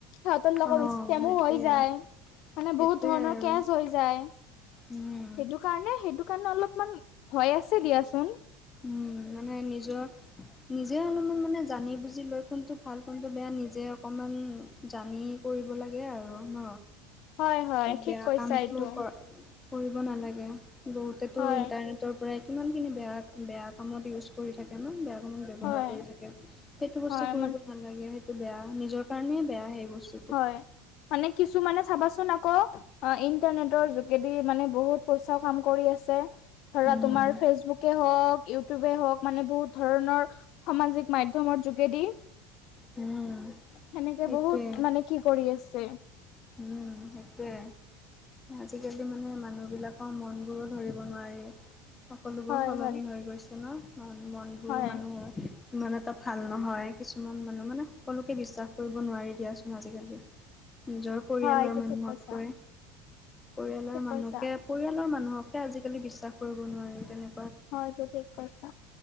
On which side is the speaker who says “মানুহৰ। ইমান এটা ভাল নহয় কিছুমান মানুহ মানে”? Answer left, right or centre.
Left